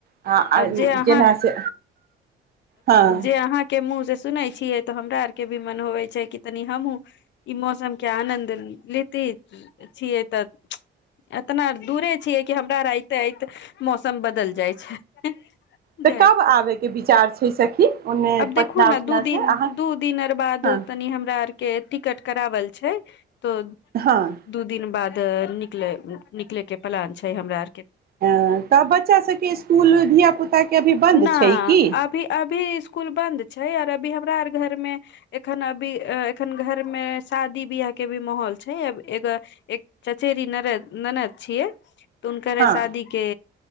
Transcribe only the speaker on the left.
आब जे अहाँ
जे
अहाँके मुँह से सुनै छियै तऽ हमरा आरके भी मन होबइ छै कि तनी हमहूं ई मौसम के आनंद लेते छियै तऽ एतना दूरे छीये कि हमरा और अइते आइत मौसम बदल जाई छै
जायत
अब
देखूं न
दु दिन
दु दिन आर बाद
तनी हमरा आर के टिकट कराबल छै त
दु दिन बाद त निकललै निकलै के प्लान छै हमरा आर
ना
अभी अभी स्कुल बंद छै आर अभी हमरा आर घरमे एखन अभी एखन घरमे शादी बियाह के भी माहौल छै अब एगो एक चचेरी नरद ननद छियै तऽ हुनकरे
शादीेके